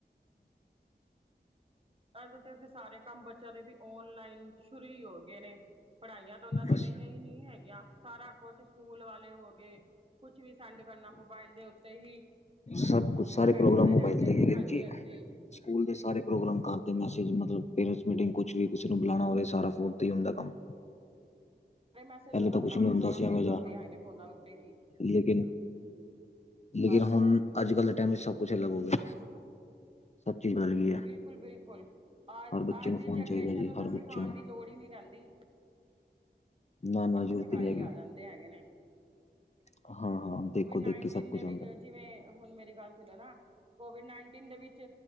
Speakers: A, on the right; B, on the left.
A: ਅੱਦ ਤੇ ਸਾਰੇ ਕੰਮ ਬੱਚੇਆਂ ਦੇ ਵੀ ਓਨਲਾਈਨ ਸ਼ੁਰੂ ਈ ਹੋ ਗਏ ਨੇ ਪੜਾਈਆਂ ਤਾਂ ਓਨਾਂ ਦੀ
B: ਬਸ
A: ਰਈਆਂ ਈ ਨੀ ਹੈਗੀਆਂ, ਸਾਰਾ ਕੁਛ ਸੂਕੂਲ ਵਾਲੇ ਹੋ ਗੇ ਕੁਛ ਵੀ ਸੈਂਡ ਕਰਨਾ ਮੋਬਾਇਲ ਦੇ ਉੱਤੇ ਹੀ
B: ਸਬ ਕੁਜ ਸਾਰੇ
A: ਸੈਂਡ
B: ਪ੍ਰੋਗਰਾਮ
A: ਕਰਦੇ
B: ਮੋਬਾਈਲ
A: ਰਹਿੰਦੇ
B: ਤੇ
A: ਆ
B: ਈ ਹੇਗੇ
A: ਹਾਂਜੀ
B: ਜੀ
A: ਹਾਂਜੀ
B: ਸੂਕੂਲ ਦੇ ਸਾਰੇ ਪ੍ਰੋਗਰਾਮ ਘਾਰਦੇ ਮੈਸੇਜ ਮਤਲਬ, ਪੇਰੇਂਨਟੑਸ ਮੀਟੀਂਗ ਕੁਛ ਵੀ ਕੀਸੇ ਨੂ ਬੁਲਾਉਣਾ ਹੋਵੇ ਸਾਰਾ ਫੋਨ ਤੇ ਈ ਹੂੰਦੈ ਕੰਮ
A: ਸਾਰੇ ਮੈਸੇਜ
B: ਪੈਲੇ
A: ਉਹਨਾਂ
B: ਤੋ
A: ਤੇ
B: ਕੁਛ
A: ਆ
B: ਨੀ
A: ਸਕਦੇ
B: ਹੁੰਦਾ
A: ਹੈਗੇ
B: ਸੀ ਐਵੇ
A: ਆਉਂਦੇ
B: ਜਾ
A: ਹੈਗੇ ਨੇ ਫੋਨਾਂ ਉੱਤੇ ਹੀ
B: ਲੇਕਿਨ ਲੇਕਿਨ
A: ਬਸ
B: ਹੋਨ, ਅੱਜ-ਕੱਲ ਦੇ ਟੈਮ ਵਿੱਚ ਸਬ ਕੁਝ ਅਲੱਗ ਹੋ ਗੇਆ <unintelligible>
A: ਬਿਲਕੁਲ, ਬਿਲਕੁਲ ਆਜ
B: ਹਰ ਬੱਚੇ
A: ਅ ਆਜ
B: ਨੂੰ
A: ਦੀ
B: ਫੋਨ
A: ਜਨਰੇਸ਼ਨ
B: ਚਾਹੀਦਾ ਜੀ
A: ਨੂੰ ਤਾਂ
B: ਹਰ
A: ਸਿਖਾਨ
B: ਬੱਚੇ ਨੂੰ
A: ਦੀ ਲੋੜ ਈ ਨਈ ਰੈਂਦੀ
B: <unintelligible>
A: ਸਿਖਾਈ ਆ ਜਾਂਦੇ ਹੈਗੇ ਨੇ
B: ਹਾਂ, ਹਾਂ ਦੇਖੋ
A: ਕੋਵਿਡ ਨਾਈਨਟੀਨ
B: ਦੇਖੀ ਸਬ ਕੁਜ
A: ਦੇ ਵੀ
B: ਹੋਂਦਾ
A: ਜਿਵੇਂ ਹੁਨ ਮੇਰੀ ਗੱਲ ਸੁਨੋ ਨਾ, ਕੋਵਿੜ ਨਾਈਨਟੀਨ ਦੇ ਵਿੱਚ